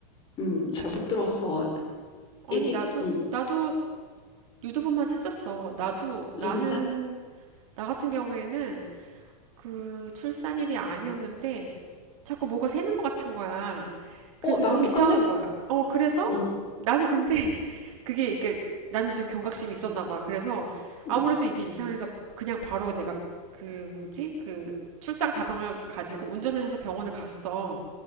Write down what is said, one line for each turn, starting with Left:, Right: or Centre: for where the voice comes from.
Left: 음, 잘 못 들어서
Right: 아니,
Left: 애기?
Right: 나도,
Left: 음,
Right: 나도 유도분만 했었어. 나도, 나는,
Left: 아 진짜?
Right: 나 같은 경우에는 그 출산일이 아니었는데, 자꾸 뭐가 새는 것 같은 거야. 그래서
Left: 어, 나랑
Right: 너무
Left: 똑같네?
Right: 이상한 거야. 어, 그래서
Left: 응,
Right: 나는 근데 <laughs> 그게 이게 나는 좀 경각심이 있었나 봐. 그래서
Left: 응,
Right: 아무래도 이게 이상해서 그냥 바로 내가 그 뭐지? 그 출산 가방을 가지고 운전을 해서 병원을 갔어.